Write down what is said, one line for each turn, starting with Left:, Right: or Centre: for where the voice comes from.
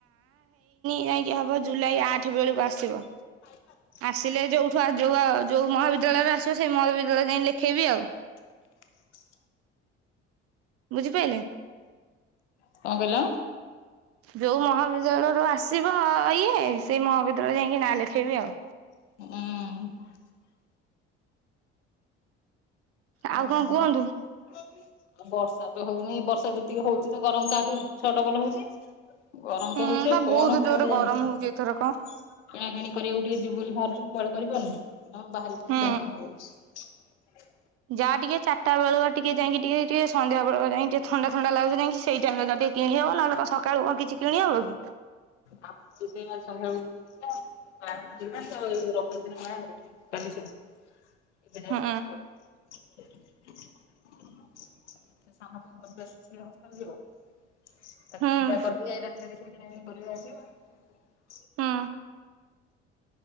Right: ଯାଇଁକି ହବ ଜୁଲାଇ ଆଠ ବେଳକୁ ଆସିବ।
Left: <inaudible>
Right: ଆସିଲେ ଯୋଉଠୁ ଯୋଉ ଆଉ ଯୋଉ ମହାବିଦ୍ୟାଳୟରେ ଆସିବ ସେଇ ମହାବିଦ୍ୟାଳୟ ଯାଇ ଲେଖେଇବି ଆଉ।
Left: <inaudible>
Right: ବୁଝିପାଇଲେ?
Left: କଣ କହିଲ?
Right: ଯୋଉ ମହାବିଦ୍ୟାଳୟରୁୁ ଆସିବ ଇଏ, ସେଇ ମହାବିଦ୍ୟାଳୟରେ ଯାଇକି ନାଁ ଲେଖେଇବି ଆଉ।
Left: ହୁଁ। ଏ
Right: ଆଉ କଣ କୁହନ୍ତୁ
Left: ବ। <unintelligible> ଆଉ ବର୍ଷା ତ ହଉନି। ବର୍ଷା ଯେତିକି ହଉଛି ତ ଗରମ ତାହାଠୁ ଛ ଡବଲ ହଉଛି। ଗରମ
Right: ହୁଁ
Left: ତ ହଉଛ
Right: ବା
Left: କଣ
Right: ବହୁତ ଜୋରରେ
Left: କୁଆଡେ ଯାଏ
Right: ଗରମ
Left: କିଣାକିଣି
Right: ହଉଛି ଏଥରକ
Left: କରିବାକୁ ଟିକେ ଯିବୁ ବୋଲି ବାହାରିଚୁ ବୋଲି କୁଆଡେ କରି ପାରୁନୁ। ଆମେ ବାହାରିବୁ ମାନେ
Right: ହୁଁ।
Left: ଦେହ କଣ ହେଇଯାଉଛି।
Right: ଯାହା ଟିକେ ଚାରିଟା ବେଳୁଆ ଟିକେ ଯାଇକି ଟିକେ ଟିକେ ସନ୍ଧ୍ୟାବେଳେ ଯାଇ ଟିକେ ଥଣ୍ଡା ଥଣ୍ଡା ଲାଗୁଚି ଟିକେ ସେଇ ଟାମରେ କିଣିହବ। ନହେଲେ କଣ ସକାଳୁ କଣ କିଛି କିଣି ହବ କି?
Left: ଆଉ ଯିବି ଆଜି <unintelligible> ଏବେ ଯାଏଁ ମୁଁ କିଛି କରିନି।
Right: ହୁଁ
Left: ସାନ ପୁଅ ଘରକୁ ଆସିଛି ଯେ ହଷ୍ଟେଲ ଯିବ।
Right: ହୁଁ।
Left: <unintelligible>
Right: ହୁଁ